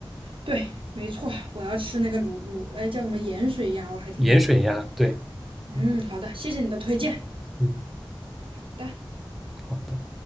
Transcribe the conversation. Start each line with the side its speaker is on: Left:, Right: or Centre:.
Right: 对，没错，我要吃那个卤卤，哎，叫什么盐水鸭，我还挺感兴趣。
Centre: 盐水鸭，对，
Right: 嗯，
Centre: 嗯
Right: 好的，谢谢你的推荐。
Centre: 嗯，
Right: 好的。
Centre: 好的。